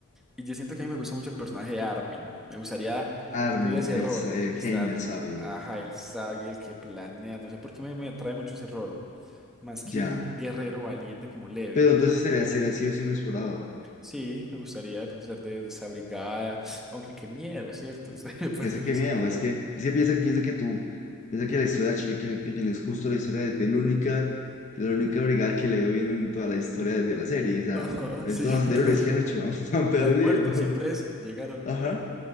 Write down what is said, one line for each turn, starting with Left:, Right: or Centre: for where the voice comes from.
Centre: Y yo siento que a mí me gusta mucho el personaje de Armin. Me gustaría
Left: Armin,
Centre: cumplir ese
Left: el,
Centre: rol,
Left: sa- el
Centre: estar,
Left: genio, el sabio.
Centre: ajá, el sabio, el que planea. No sé por qué me, me atrae mucho ese rol, más
Left: Ya.
Centre: que un guerrero valiente como Levi.
Left: Pero entonces sería, sería sí o sí un explorador.
Centre: Sí, me gustaría de pronto ser de esa brigada, aunque qué miedo, ¿cierto? <laughs> Ustedes parten
Left: Ya sé qué
Centre: eso.
Left: miedo. Es que, es que piensa, piensa que tú, piensa que la historia de Shingeki no Kyojin es justo la historia de, de la única, de la única brigada que le dio bien en toda la historia de, de la serie. O sea,
Centre: Ajá,
Left: en
Centre: sí,
Left: todas
Centre: <laughs>
Left: las anteriores
Centre: claro.
Left: que han hecho, <laughs> han, han perdido.
Centre: Al muerto siempre es llegar
Left: <laughs>
Centre: al muerto.
Left: Ajá.